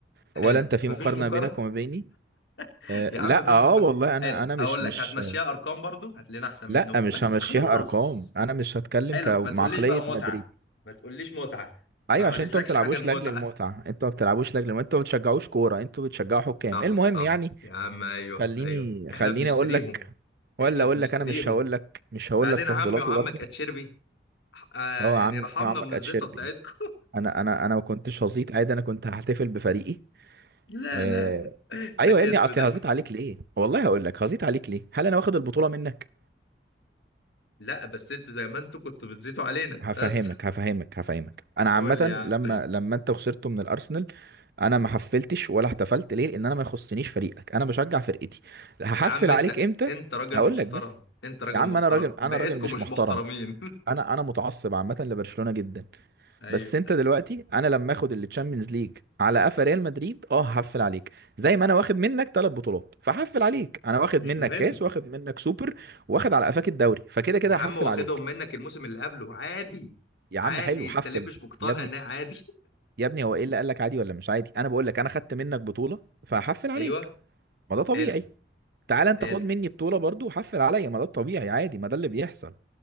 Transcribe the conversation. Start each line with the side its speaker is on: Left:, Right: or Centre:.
Left: حلو
Right: ولا انت في
Left: مفيش
Right: مقارنه
Left: مقارنة
Right: بينك وما بيني
Left: <laughs>
Right: أه
Left: يا
Right: لا
Left: عم مفيش
Right: اه
Left: مقارنة
Right: والله انا
Left: حلو
Right: انا مش
Left: هقول
Right: مش
Left: لك هتمشيها أرقام برضو هتلاقينا أحسن منكم
Right: لا مش
Left: بس
Right: همشيها
Left: فخلاص
Right: ارقام انا مش هتكلم
Left: حلو
Right: كمعقليه
Left: ما تقوليش بقى متعة
Right: مدريد
Left: ما تقوليش متعة
Right: ايوه
Left: ما عملتلكش
Right: عشان انتوا ما بتلعبوش
Left: حاجة المتعة
Right: لاجل المتعه انتوا ما بتلعبوش لاجل المتعه انتوا ما بتشجعوش كوره انتوا بتشجعوا حكام
Left: صح
Right: المهم
Left: صح
Right: يعني
Left: يا عم ايوه
Right: خليني
Left: ايوه احنا
Right: خليني
Left: بنشتريهم
Right: اقول لك ولا
Left: احنا بنشتريهم
Right: اقول لك انا مش هقول لك مش هقول
Left: بعدين
Right: لك تفضيلاتي
Left: عمي وعمك
Right: برضه
Left: اتشربي آه
Right: هو
Left: يعني
Right: عمي
Left: رحمنا
Right: وعمك
Left: من الزيطة
Right: اتشربي
Left: بتاعتكم
Right: انا انا انا ما كنتش هزيط عادي انا كنت هحتفل بفريقي
Left: <laughs> لا
Right: آه...
Left: لا لا ده
Right: ايوه
Left: كذب
Right: يا ابني اصلي
Left: ده
Right: هزيط عليك ليه والله هقول لك هزيط عليك ليه هل انا واخد البطوله منك
Left: لا بس انتوا زي ما انتوا كنتوا بتزيتوا علينا
Right: هفهمك
Left: بس <laughs>
Right: هفهمك هفهمك انا عامه
Left: قول لي يا عم
Right: لما لما انت خسرته من الارسنال انا ما حفلتش ولا احتفلت ليه لان انا ما يخصنيش فريقك انا بشجع فرقتي هحفل
Left: يا عم انت
Right: عليك امتى
Left: انت راجل
Right: هقول
Left: محترم
Right: لك بس
Left: انت راجل
Right: يا عم
Left: محترم
Right: انا راجل انا
Left: بقيتكم
Right: راجل مش
Left: مش
Right: محترم
Left: محترمين
Right: انا انا متعصب عامه لبرشلونه جدا
Left: <laughs> ايوه
Right: بس انت دلوقتي انا لما اخد التشامبيونز ليج على قفا ريال مدريد اه هحفل عليك زي ما انا واخد منك ثلاث بطولات فهحفل عليك انا واخد
Left: مش
Right: منك
Left: مهم
Right: كاس واخد منك سوبر واخد على قفاك الدوري فكده كده
Left: يا عم
Right: هحفل
Left: واخدهم
Right: عليك
Left: منك الموسم اللي قبله عادي
Right: يا
Left: عادي
Right: عم حلو
Left: انت
Right: حفل
Left: ليه مش مقتنع
Right: يا ابني
Left: انها عادي
Right: يا ابني هو ايه اللي قال لك عادي ولا مش عادي انا بقول لك انا خدت منك بطولة فهحفل
Left: <laughs>
Right: عليك
Left: ايوه
Right: ما ده طبيعي
Left: حلو
Right: تعالى انت
Left: حلو
Right: خد مني بطولة برضو وحفل عليا ما ده الطبيعي عادي ما ده اللي بيحصل